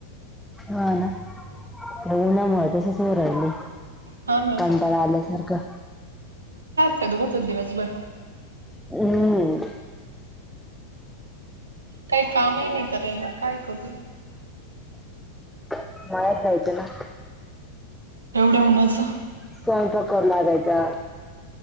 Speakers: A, in the centre; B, on the right.
A: हा ना, या उन्हामुळे तसंच होऊ राहिले.
B: हा ना
A: कंटळा आल्यासारखं.
B: का दोघ तो दिवस बर.
A: हम्!
B: काही कामही नाही करायला, काय करू?
A: बाहेर जायचं ना,
B: एवढ्या उन्हाचं.
A: स्वयंपाक करू लागयचा.